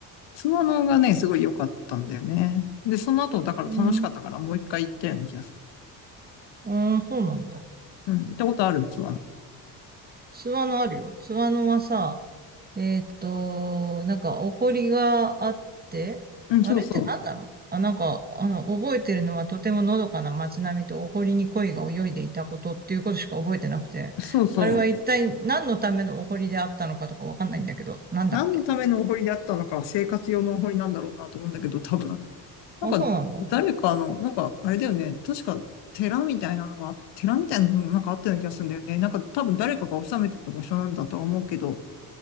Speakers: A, on the left; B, on the right.
A: 津和野がね、すごい良かったんだよね。で、その後、だから楽しかったからもう一回行ったような気がする。
B: うん、うん、そうなんだ。
A: うん、行ったことある器。
B: 津和野あるよ。津和野はさ、えーっと、なんか、お堀があって、
A: うん、
B: あれって何なのあ、
A: そうそ
B: なんか、あの、覚えてるのはとてものどかな街並みとお堀に鯉が泳いでいたことっていうことしか覚えてなくて、
A: う。そうそう。
B: あれは一体何のためのお堀であったのかとかわかんないんだけど、なんだっけ
A: 何のためのお堀であったのかは生活用のお堀なんだろうなと思うんだけど、多分。なんか、
B: あ、そうなんだ。
A: 誰かの、なんか、あれだよね。確か、寺みたいなのが、寺みたいなのがなんかあったような気がするんだよね。なんか、多分誰かが治めてた場所なんだとは思うけど、